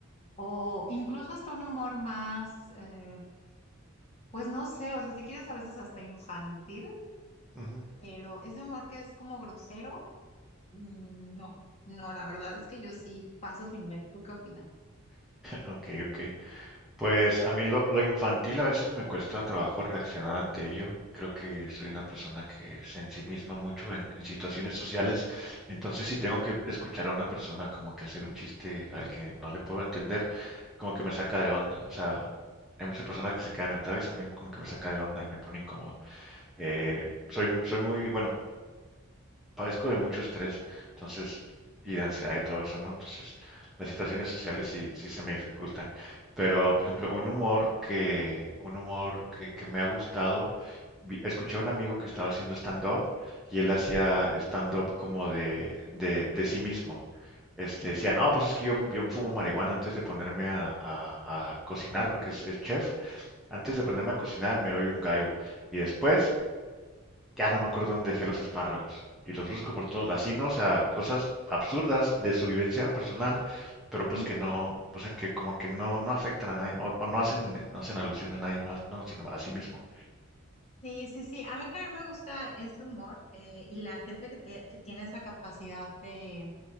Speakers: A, on the left (about 30°); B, in the centre.
A: o incluso hasta un humor más... eh, pues no sé, o sea, si quieres a veces hasta infantil,
B: Ujú.
A: pero ese humor que es como grosero, mm, no, no, la verdad es que yo sí paso sin ver. ¿Tú qué opinas?
B: Ok, ok. Pues a mí lo, lo infantil a veces me cuesta trabajo reaccionar ante ello. Creo que soy una persona que se ensimisma mucho en, en situaciones sociales. Entonces, si tengo que escuchar a una persona como que hacer un chiste al que no le puedo entender, como que me saca de onda. O sea, hay muchas personas que se quedan neutrales y a mí como que me saca de onda y me pone incómodo. Eh, soy, soy muy, bueno, padezco de mucho estrés, entonces, y de ansiedad y todo eso, ¿no? Entonces, las situaciones sociales sí, sí se me dificultan. Pero, por ejemplo, un humor que, un humor que, que me ha gustado, vi- escuché a un amigo que estaba haciendo stand-up y él hacía stand-up como de, de, de sí mismo. Este, decía, no, pues es que yo, yo fumo marihuana antes de ponerme a, a- a cocinar porque es, es chef. Antes de ponerme a cocinar me doy un gallo y después ya no me acuerdo dónde dejé los espárragos. Y los busco por todos lados. Así, ¿no? O sea, cosas absurdas de su vivencia personal, pero pues
A: Ujú.
B: que no, o sea, que como que no, no afectan a nadie, o, o no hacen, no hacen alusión a nadie más, ¿no? Sino a sí mismo.
A: Sí, sí, sí, a mí también me gusta ese humor eh, y la gente que, te- que tiene esa capacidad de,